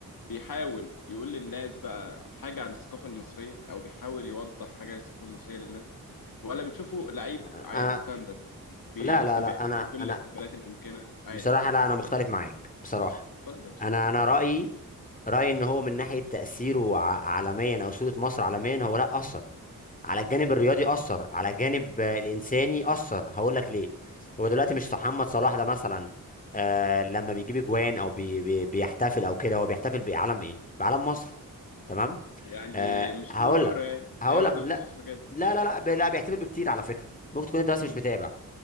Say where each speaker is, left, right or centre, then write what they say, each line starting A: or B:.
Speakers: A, on the left; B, on the left.
A: بيحاول يقول للناس بقى حاجة عن الثقافة المصرية أو بيحاول يوضح حاجة عن الثقافة المصرية للناس ولا بتشوفه لعيب
B: انا
A: عادي ستاندرد بي
B: لا
A: مثلا
B: لا لا
A: بيحتفل
B: انا
A: كل
B: انا
A: الاحتفالات الممكنة عادي
B: بصراحة لا انا مختلف معاك بصراحة
A: اتفضل اتفضل
B: انا انا رأيي رأيي ان هو من ناحية تأثيره ع... عالميا او صورة مصر عالميا هو لا أثر على الجانب الرياضي اثر على الجانب آه، الانساني اثر هقول لك ليه هو دلوقتي مش محمد صلاح ده مثلا آه لما بيجيب اجوان او بي بي بيحتفل او كده هو بيحتفل بعلم ايه بعلم مصر تمام
A: يعني
B: آه
A: مش
B: هقول
A: كل مرة
B: لك
A: يعني
B: هقول
A: هي واحدة
B: لك لا
A: بالصدفة كده
B: لا لا لا لا بيحتفل بكتير على فكره ممكن تكون انت بس مش
A: مم.
B: متابع